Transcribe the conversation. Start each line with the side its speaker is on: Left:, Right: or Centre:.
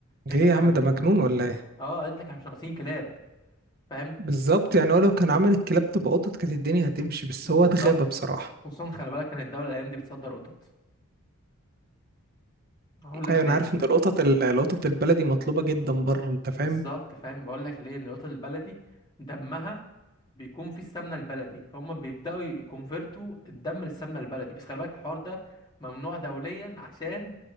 Left: قالت
Right: ده ايه
Left: لك
Right: يا عم
Left: احنا مش-
Right: ده مجنون ولا ايه
Left: اه قالت لك احنا مش ناقصين كلاب فاهم
Right: بالظبط يعني هو لو كان عمل الكلاب تبقى قطط كانت الدنيا هتمشي بس
Left: بالظبط
Right: هو اتغابى بصراحة
Left: خصوصا خلي بالك كانت الدوله الايام دي بتصدر قطط هقول لك
Right: ايوه
Left: ليه
Right: انا عارف ان القطط ال- القطط البلدي مطلوبة جدا بره انت فاهم
Left: بالظبط فاهم بقول لك ليه إن القطط البلدي دمها بيكون فيه السمنه البلدي فهم بيبداوا يكونفرتوا الدم للسمنه البلدي بس خلي بالك الحوار ده ممنوع دوليا عشان